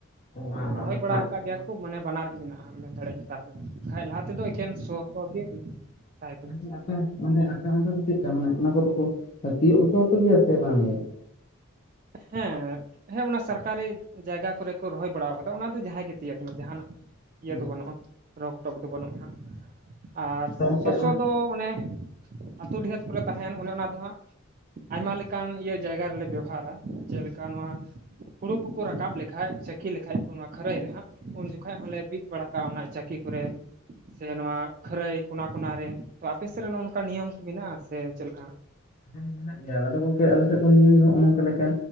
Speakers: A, on the left; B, on the right.
A: ᱵᱟᱝ
B: ᱟᱫᱚ
A: ᱵᱟᱝ
B: ᱨᱚᱦᱚᱭ
A: ᱚᱱᱟ ᱫᱚ
B: ᱵᱟᱲᱟᱣ
A: ᱢᱮᱱᱟᱜ ᱠᱟᱫᱟ
B: ᱠᱟᱜ ᱜᱮᱭᱟ
A: ᱵᱟᱝ᱾
B: ᱠᱚ ᱢᱟᱱᱮ ᱵᱟᱱᱟᱨ ᱜᱮ ᱢᱮᱱᱟᱜ᱾ ᱟ ᱢᱮᱱ ᱫᱟᱲᱮᱭᱟᱜ ᱧᱮᱛᱟᱨ ᱫᱚ ᱠᱷᱟᱡ ᱞᱟᱦᱟ ᱛᱮᱫᱚ ᱮᱠᱮᱱ ᱥᱚ, ᱥᱚ ᱜᱮ ᱛᱟᱦᱮᱸ ᱠᱟᱱᱟ
A: <unintelligible> ᱢᱟᱱᱮ ᱟᱯᱮ ᱚᱱᱛᱮ ᱫᱚ ᱪᱮᱜᱠᱟ ᱢᱟᱱᱮ ᱚᱱᱟ ᱠᱚᱫᱚ ᱠᱚ ᱛᱤᱭᱳᱜ ᱚᱪᱚᱚ ᱟᱯᱮ ᱜᱮᱭᱟ ᱥᱮ ᱵᱟᱝᱜᱮ?
B: ᱦᱮᱸ ᱦᱮᱸ ᱚᱱᱟ ᱥᱟᱨᱠᱟᱨᱤ ᱡᱟᱭᱜᱟ ᱠᱚᱨᱮ ᱠᱚ ᱨᱚᱦᱚᱭ ᱵᱟᱲᱟ ᱠᱟᱫᱟ ᱚᱱᱟ ᱫᱚ ᱡᱟᱦᱟᱸᱭ ᱜᱮ ᱛᱤᱭᱟᱹᱜ ᱢᱮ ᱡᱟᱦᱟᱱᱟᱜ ᱤᱭᱟᱹ
A: ᱦᱩᱸ᱾
B: ᱫᱚ ᱵᱟᱹᱱᱩᱜᱼᱟ, ᱨᱚᱠ ᱴᱚᱠ ᱫᱚ ᱵᱟᱹᱱᱩᱜᱼᱟ ᱦᱟᱸᱜ᱾ ᱟᱨ
A: ᱟᱫᱚ ᱜᱚᱝᱠᱮ
B: ᱥᱚᱥᱚ ᱫᱚ ᱚᱱᱮ ᱟᱹᱛᱳ ᱰᱤᱦᱟᱹᱛ ᱠᱚᱨᱮ ᱛᱟᱦᱮᱱ ᱚᱱᱮ ᱚᱱᱟ ᱫᱚ ᱦᱟᱸᱜ ᱟᱭᱢᱟ ᱞᱮᱠᱟᱱ ᱤᱭᱟᱹ ᱡᱟᱭᱜᱟ ᱨᱮᱞᱮ ᱵᱮᱣᱚᱦᱟᱨᱟ᱾ ᱡᱮᱞᱮᱠᱟ ᱱᱚᱣᱟ ᱦᱩᱲᱩ ᱠᱚᱠᱚ ᱨᱟᱠᱟᱵ ᱞᱮᱠᱷᱟᱡ ᱪᱟᱹᱠᱤ ᱞᱮᱠᱷᱟᱡ ᱠᱚ ᱱᱚᱣᱟ ᱠᱷᱟᱹᱨᱟᱹᱭ ᱨᱮ ᱦᱟᱸᱜ᱾ ᱩᱱ ᱡᱚᱠᱷᱟᱜ ᱦᱚᱸᱞᱮ ᱵᱤᱫ ᱵᱟᱲᱟ ᱠᱟᱜᱼᱟ ᱚᱱᱟ ᱪᱟᱹᱠᱤ ᱠᱚᱨᱮ ᱥᱮ ᱱᱚᱣᱟ ᱠᱷᱟᱹᱨᱟᱹᱭ ᱠᱚᱱᱟ ᱠᱚᱱᱟ ᱨᱮ᱾ ᱛᱚ ᱟᱯᱮ ᱥᱮᱫ ᱨᱮ ᱱᱚ ᱱᱚᱝᱠᱟ ᱱᱤᱭᱚᱢ ᱠᱚ ᱢᱮᱱᱟᱜᱼᱟ ᱥᱮ ᱪᱮᱫ ᱞᱮᱠᱟ?
A: ᱦᱮᱸ ᱢᱮᱱᱟᱜ ᱜᱮᱭᱟ ᱫᱚ ᱜᱚᱝᱠᱮ ᱟᱞᱮ ᱥᱮᱫ ᱫᱚ ᱱᱤᱭᱚᱢ ᱫᱚ ᱱᱚᱜᱼᱚᱭ ᱱᱚᱝᱠᱟ ᱞᱮᱠᱟ